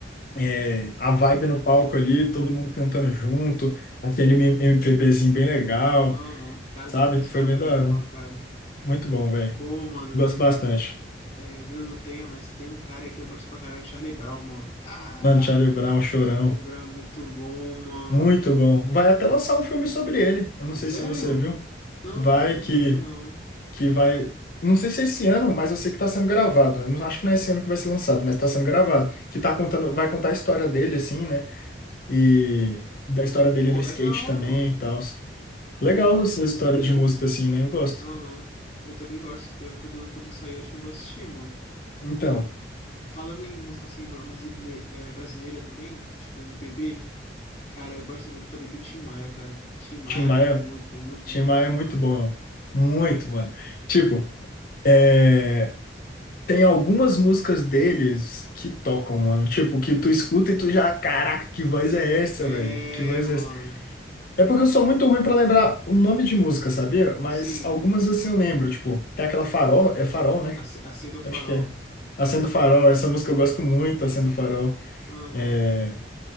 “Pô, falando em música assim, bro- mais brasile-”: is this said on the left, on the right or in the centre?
Left